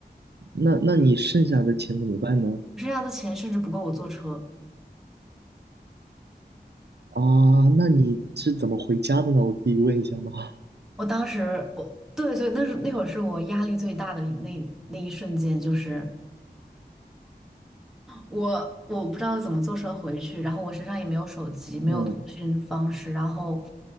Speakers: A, on the right (about 75°); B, in the centre.
A: 那那你剩下的钱怎么办呢？
B: 剩下的钱甚至不够我坐车。
A: 啊，那你是怎么回家的呢？我可以问一下吗？
B: 我当时我对对，那是那会儿是我压力最大的那那一瞬间，就是我我不知道怎么坐车回去，然后我身上也没有手机，没有通讯方式，
A: <laughs> 嗯
B: 然后，